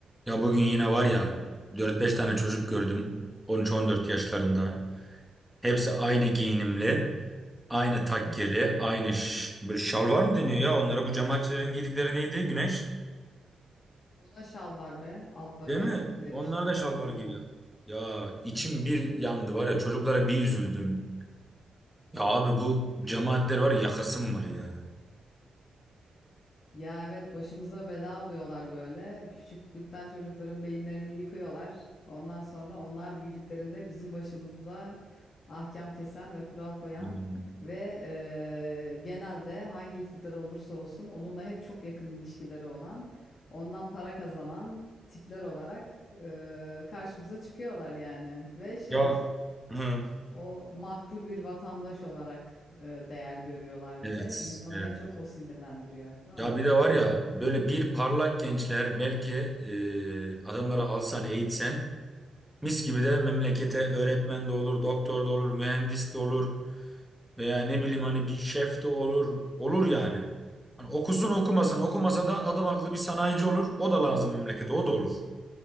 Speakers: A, in the centre; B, on the left.
A: Ya bugün yine var ya dört beş tane çocuk gördüm on üç on dört yaşlarında. Hepsi aynı giyinimli, aynı takkeli,
B: Hı hı.
A: aynı ş- bir şalvar mı deniyor ya onlara? Bu cemaatçilerin giydikleri neydi? Güneş,
B: O da şal var be. Altlarına
A: değil mi?
B: giydikleri
A: Onlar
B: şey.
A: da şalvar
B: Aynen.
A: giyiyor. Ya içim
B: Hı hı.
A: bir yandı var ya çocuklara bir üzüldüm. Ya abi bu cemaatler var ya yakasım var ya.
B: Ya evet başımıza bela oluyorlar böyle. Küçüklükten çocukların beyinlerini yıkıyorlar. Ondan sonra onlar büyüdüklerinde bizim başımıza ahkam kesen ve kural koyan
A: Bilmiyorum.
B: ve eee, genelde hangi iktidar olursa olsun onunla hep çok yakın ilişkileri olan, ondan para kazanan tipler olarak eee, karşımıza çıkıyorlar yani. Ve şey...
A: Ya Hı.
B: O makbul bir vatandaş olarak e, değer görüyorlar
A: Evet,
B: bir de. İnsanı
A: evet.
B: en çok o sinirlendiriyor, değil
A: Ya
B: mi?
A: bir de var ya böyle bir parlak gençler belki e, adamları alsan eğitsen Mis gibi de memlekete öğretmen de olur, doktor da olur, mühendis de olur veya ne bileyim hani bir şef de olur. Olur yani. Hani okusun okumasın, okumasa da adam akıllı bir sanayici olur. O da lazım memlekete, o da olur.